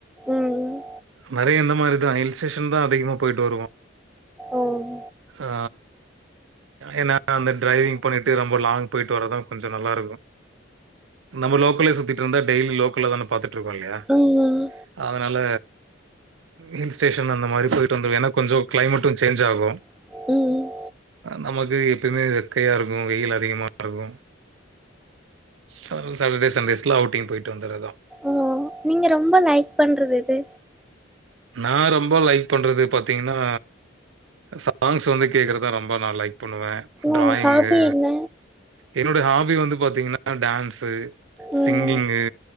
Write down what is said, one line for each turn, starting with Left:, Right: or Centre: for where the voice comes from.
Centre: ம்
Right: நறைய இந்த மாரி தா ஹில்ஸ் சேஷன் தா அதிகமாக போயிட்டு வருவோ
Centre: ம்
Right: ஆ ஏன்னா அந்த டிரைவிங் பண்ணிட்டு ரொம்பலாங் போயிட்டு வரதா கொஞ்சோ நல்லா இருக்கு நம்ம லோக்கல்லே சுத்திட்ருந்தா டெய்லியு லோக்கல்ல தான பாத்துட்ருக்கோ இல்லயா
Centre: ம்
Right: அதனால ஹில் ஸ்டேஷன் அந்த மாரி போய்ட்டு வந்துருவோ ஏனா கொஞ்சோ கிளைமேட்டு சேஞ் ஆகு
Centre: ம்
Right: நமக்கு எப்பயிமே வெக்கையா இருக்கு வெயில் அதிகமா இருக்கு அதனால சாட்டர்டே சண்டேஸ்ல அவுட்டிங் போயிட்டு வந்தரதா
Centre: ம் நீங்க ரொம்ப லைக் பண்றது எது
Right: நா ரொம்போ லைக் பண்றது பாத்தீங்கன்னா சாங்ஸ் வந்து கேக்குறதா ரொம்ப நா லைக் பண்ணுவ டிராயிங்கு
Centre: உங்க ஹாபி என்ன
Right: என்னோட ஹாபி வந்து பாத்தீங்கன்னா டான்ஸு
Centre: ம்
Right: சிங்கிங்கு